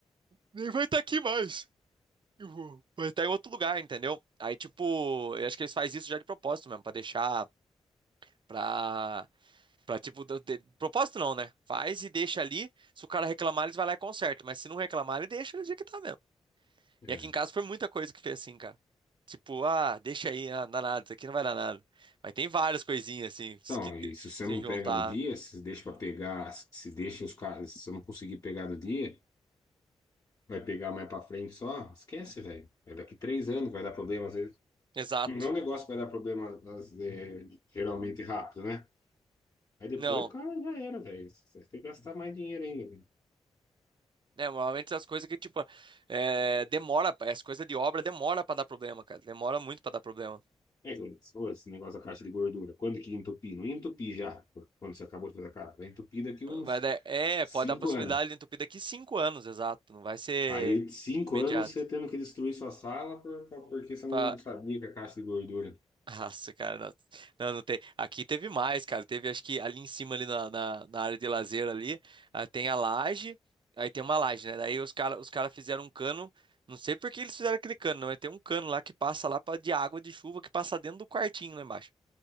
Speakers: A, on the right (about 45°); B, on the left (about 30°).
A: nem vai estar aqui mais. Eu vou. Mas tá em outro lugar, entendeu? Aí, tipo, eu acho que eles fazem isso já de propósito mesmo, pra deixar, pra, pra tipo, da- de- propósito não, né? Faz e deixa ali, se o cara reclamar, eles vai lá e conserta, mas se não reclamar, ele deixa do jeito que tá mesmo.
B: É.
A: E aqui em casa foi muita coisa que fez assim, cara. Tipo, ah, deixa aí, ah, não dá nada, isso aqui não vai dar nada. Mas tem várias coisinhas, assim, se
B: Então,
A: que te-
B: e se você
A: se
B: não
A: juntar.
B: pega no dia, se deixa pra pegar, se deixa os caras, se você não conseguir pegar no dia, vai pegar mais pra frente só, esquece, velho. É daqui três anos que vai dar problema, às vezes.
A: Exato.
B: Não é um negócio que vai dar problema, às- é, geralmente rápido, né? Aí depois
A: Não.
B: o cara já era, velho. Você tem que gastar mais dinheiro ainda, velho.
A: né normalmente as coisas que, tipo, é, demora, as coisas de obra demora pra dar problema, cara. Demora muito pra dar problema.
B: É, que nem você falou, esse negócio da caixa de gordura. Quando que entupir? Não entupi já, quando você acabou de fazer a cara. Vai entupir daqui uns
A: Vai dar, é,
B: cinco
A: pode dar possibilidade
B: anos.
A: de entupir daqui cinco anos, exato. Não vai ser
B: Aí, de cinco
A: imediato.
B: anos, você tendo que destruir sua sala por, por- porque você não
A: Fa-
B: sabia que a caixa de gordura.
A: <laughs> Nossa, cara, não, não, não tem. Aqui teve mais, cara. Teve, acho que ali em cima, ali na, na, na área de lazer ali, ah, tem a laje, aí tem uma laje, né? Daí os cara, os cara fizeram um cano. Não sei por que eles fizeram aquele cano, não. É tem um cano lá que passa lá pra, de água de chuva que passa dentro do quartinho lá embaixo.